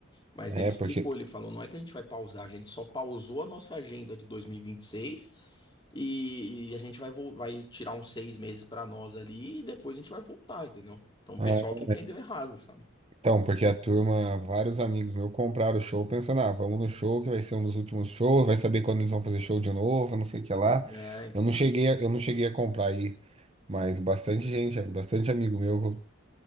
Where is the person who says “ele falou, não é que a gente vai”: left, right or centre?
Left